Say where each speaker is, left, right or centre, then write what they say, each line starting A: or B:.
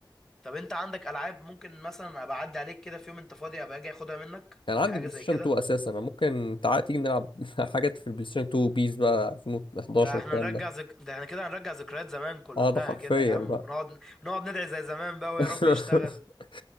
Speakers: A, in the centre; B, on the left.
A: طب انت عندك العاب ممكن مثلا ابقى اعدي عليك كده في يوم انت فاضي ابقى اجي اخدها منك
B: كان عندي
A: حاجه
B: بلاي
A: زي
B: ستيشن
A: كده
B: 2 اساسا انا ممكن تعالى تيجي نلعب <laughs> حاجات في البلاي ستيشن 2 بيس بقى 2011
A: ده احنا
B: الكلام
A: نرجع
B: ده
A: ذك... ده احنا كده هنرجع ذكريات زمان كلها
B: اه ده حرفيا
A: كده يا عم
B: بقى
A: ونقعد نقعد ندعي زي زمان بقى ويا
B: <laughs>
A: رب يشتغل